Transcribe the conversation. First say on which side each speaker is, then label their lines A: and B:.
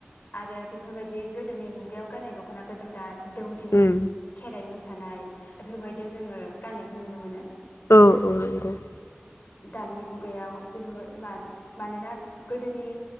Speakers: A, on the left; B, on the left.
A: आरो बेफोरबायदि गोदोनि मुगायाव गाननाय दख ख'नाखो जों दा दौदिनि
B: उम
A: खेराइ मोसा <unintelligible> एफोरबायदियाव जोङो गान्नायखौ नुनो मोनो ।
B: औ औ नंगौ ।
A: दानि मुगायाव बेफोरबाय मा-मानोना गोदोनि